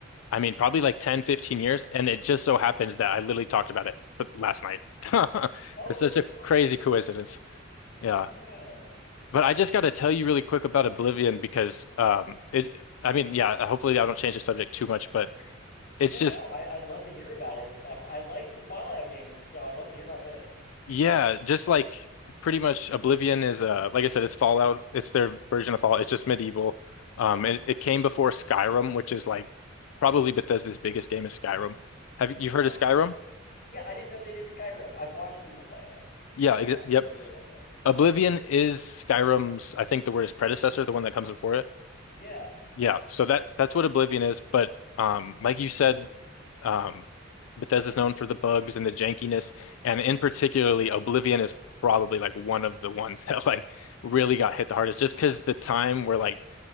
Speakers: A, on the left; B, on the left.
A: I mean, probably like 10 15 years, and it just so happens that I literally talked about it th- last night. <laughs>
B: oh,
A: It's such
B: that's
A: a
B: funny.
A: crazy coincidence. Yeah,
B: Yeah,
A: but I just got to tell you really quick about Oblivion because, um, it, I mean, yeah, hopefully I don't change the subject too much, but it's
B: yeah.
A: just.
B: No, I I'd love to hear about it. If I like the Fallout games, so I'd love to hear about this.
A: Yeah, just like pretty much Oblivion is uh like I said, it's Fallout. It's their version of Fallout. It's just medieval. Um it, it came before Skyrim, which is like probably Bethesda's biggest game is Skyrim. Have you heard
B: Oh,
A: of Skyrim?
B: yeah. I didn't know they did Skyrim. I've watched people play it,
A: Yeah,
B: so
A: ex
B: I know
A: yep.
B: vaguely of it.
A: Oblivion is Skyrim's, I think the word is predecessor, the one that comes before it.
B: Yeah,
A: Yeah, so that that's what Oblivion is, but um, like you said, um, Bethesda's known for the bugs and the jankiness, and in particularly, Oblivion is probably like one of the ones <laughs> that like really got hit the hardest, just because the time where like